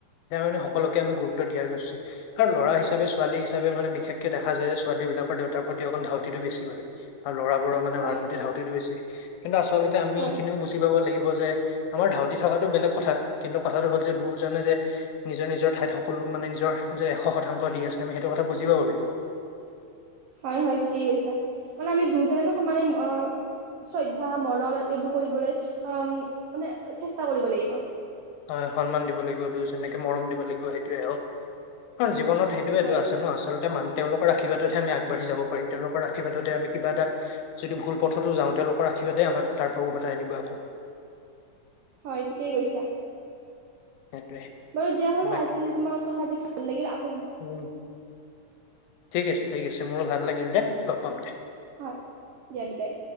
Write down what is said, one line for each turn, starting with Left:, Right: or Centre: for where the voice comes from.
Left: তাৰ মানে সকলোকে আমি গুৰুত্ব দিয়া উচিত। আৰু ল'ৰা হিচাপে ছোৱালী হিচাপে মানে বিশেষকে দেখা যায় যে ছোৱালী বিলাকৰ দেউতাৰ প্ৰতি অকণ ধাউতিটো বেছি মানে। আৰু ল'ৰাবোৰৰ মানে
Right: হয়
Left: মাৰ প্ৰতি ধাউতিটো বেছি। কিন্তু আচলতে আমি
Right: হয়
Left: এইখিনিও বুজি পাব লাগিব যে আমাৰ ধাউতি থকাটো বেলেগ কথা। কিন্তু কথাটো হ'ল যে দুয়োজনে যে নিজৰ নিজৰ ঠাইত সকলো মানে নিজৰ যে এশ শতাংশ দি আছে। আমি সেইটো কথা বুজি পাব লাগিব।
Right: হয় হয় ঠিকেই কৈছা। মানে আমি দুয়োজনকে সমানে অ চৈদ্ধা মৰম এইবোৰ কৰিবলৈ অ মানে চেষ্টা কৰিব লাগিব।
Left: হয় সন্মান দিব লাগিব দুয়োজনকে মৰম দিব লাগিব। সেইটোয়ে আৰু হয় জীৱনত সেইটোৱেটো
Right: হয়
Left: আছে ন? আচলতে মানুহ তেওঁলোকৰ আশীৰ্বাদতহে আমি আগবাঢ়ি যাব পাৰিম। তেওঁলোকৰ আশীৰ্বাদতহে আমি কিবা এটা যদি ভুল পথতো যাওঁ। তেওঁলোকৰ আশীৰ্বাদে আমাক তাৰ পৰা উভতাই আনিব। আকৌ
Right: হয় ঠিকেই কৈছা।
Left: সেইটোৱে
Right: বাৰু, দিয়া হ'লে
Left: বাকী
Right: আজিলে তোমাৰ লগত কথা পাতি ভা লাগিলে আক
Left: উম ঠিক আছে ঠিক আছে, মোৰো ভাল লাগিল দে। লগ পাম দে।
Right: হয় দিয়া বিদায়।